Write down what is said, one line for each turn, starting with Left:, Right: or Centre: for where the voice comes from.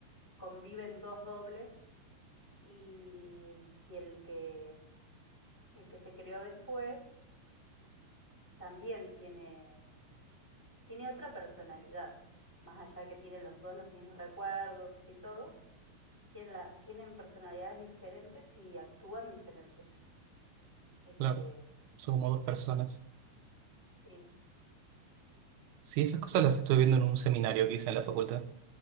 Centre: conviven dos dobles y, y el que, el que se creó después también tiene, tiene otra personalidad, más allá que tienen los dos los mismos recuerdos y todo, tienen, la- tienen personalidades diferentes y actúan diferentes. Este,
Right: Claro, son como dos personas.
Centre: sí,
Right: Sí, esas cosas las estuve viendo en un seminario que hice en la facultad